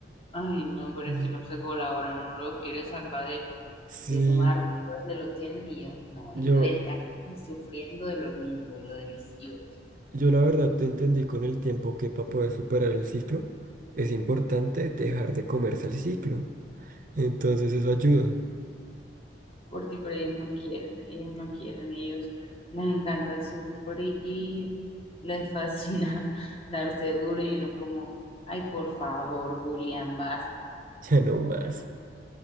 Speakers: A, on the left (about 35°); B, on the right (about 50°).
A: Ay, no, pero
B: Mm.
A: es que no se colaboran, no lo quiere sacar de,
B: Sí,
A: de ese mar donde los tienen y ellos no,
B: yo,
A: ellos están ahí sufriendo de lo lindo, de lo delicioso.
B: yo la verdad te entendí con el tiempo que para poder superar el ciclo, es importante dejar de comerse el ciclo. Entonces eso ayuda.
A: Por ti, pero ellos no quieren, ellos no quieren, ellos les encanta sufrir, les fascina <laughs> darse duro y uno es como, ay, por favor, Julián, basta,
B: Ya no más.
A: pero no,